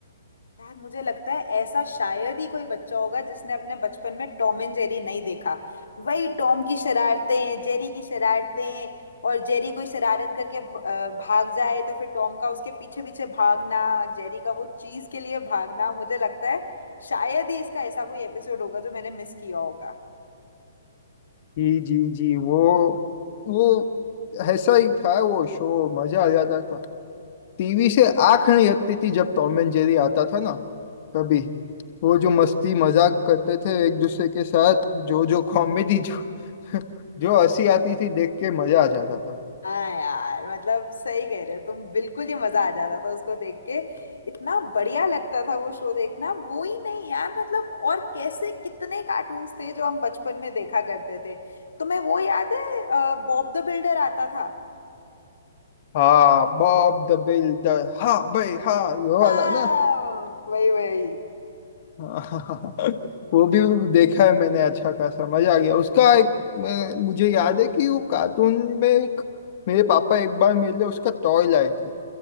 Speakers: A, on the left; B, on the left.
A: यार मुझे लगता है ऐसा शायद ही कोई बच्चा होगा जिसने अपने बचपन में टॉम एंड जेरी नहीं देखा वही टॉम की शरारतें जेरी की शरारतें और जेरी कोई शरारत करके भ- अ, भाग जाए तो फिर टॉम का उसके पीछे पीछे भागना जेरी का वो चीज के लिए भागना मुझे लगता है शायद ही इसका ऐसा कोई एपिसोड होगा जो मैंने मिस किया होगा
B: जी जी जी वो वो ऐसा ही था वो शो मजा आ जाता था टीवी से आंख नहीं हटती थी जब टॉम एंड जेरी आता था ना तभी वो जो मस्ती मजाक करते थे एक दूसरे के साथ जो जो कॉमेडी जो जो हंसी आती थी देख के मजा आ जाता था
A: हाँ यार मतलब सही कह रहे हो तुम बिल्कुल ही मजा आ जाता था उसको देख के इतना बढ़िया लगता था वो शो देखना वो ही नहीं यार मतलब और कैसे कितने कार्टून्स थे जो हम बचपन में देखा करते थे तुम्हें वो याद है बॉब द बिल्डर आता था
B: हाँ बॉब द बिल्डर हाँ भाई हाँ ये
A: हाँ
B: वाला ना
A: वही वही
B: <laughs> हाँ, वो भी देखा है मैंने अच्छा खासा मजा आ गया उसका एक मैं, मुझे याद है कि वो कार्टून में एक मेरे पापा एक बार मेरे लिए उसका टॉय लाए थे